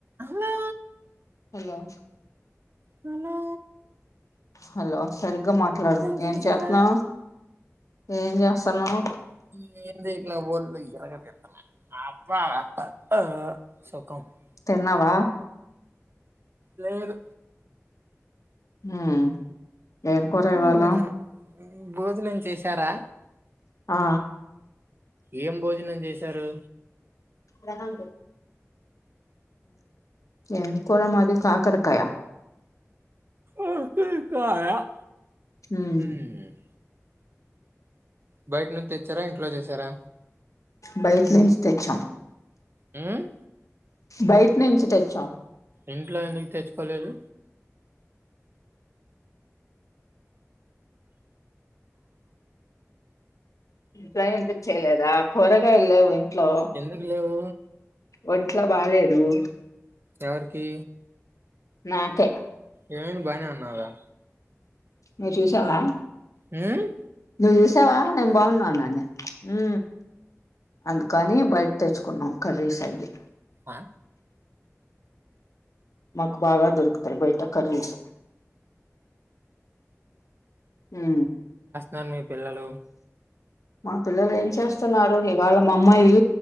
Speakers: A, on the right; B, on the left.
A: Hello
B: hello
A: hello
B: hello సరిగ్గా మాట్లాడు
A: చేసారా
B: ఏం చేత్తన్నావ్ ఏం చేస్తున్నావ్
A: <unintelligible>
B: తిన్నావా
A: లేదు
B: హుమ్ ఏం కూర
A: హ్మ్,
B: ఇవాళ
A: భోజనం చేశారా
B: ఆ
A: ఏం భోజనం చేసి తరు
B: రాంగ్ ఏం కూరా మాది కాకరకాయ
A: ఆ
B: ఉమ్
A: <unintelligible> బయట నుంచి తెచ్చారా ఇంట్లో చేసారా
B: బయట నుంచి తెచ్చాం
A: హ్మ్మ్
B: బయట నుంచి తెచ్చాం
A: ఇంట్లో ఎందుకు తెచ్చుకోలేదు
B: ఇంట్లో ఎందుకు చేయలేదా కూరగాయల్లేవు ఇంట్లో
A: ఎందుకు లేవు
B: ఒంట్లో బాలేదు ఎవరు
A: ఎవరికి
B: నాకే
A: ఏమైంది బనే ఉన్నావుగా
B: ను చూసావా
A: హ్మ్మ్
B: నువ్వు చెస్ వాతావా నేను బాగున్నా నానీ ఉ అందుకని బయట తెచ్చుకున్నాం కర్రీ స్ అవి,
A: ఆ,
B: మాకు బాగా దొరుకుతాయి. బయట కర్రీస్ ఊ
A: నన్ని పిల్లలు
B: మా పిల్లలు ఏం చేస్తున్నారు, ఇవాళ మా అమ్మాయి